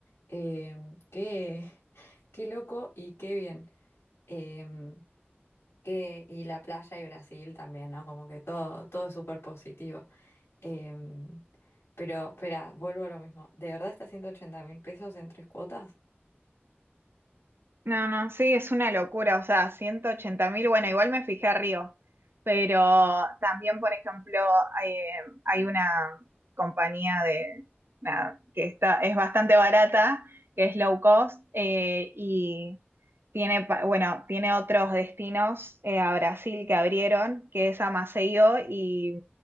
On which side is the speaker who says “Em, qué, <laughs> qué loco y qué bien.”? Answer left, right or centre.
Left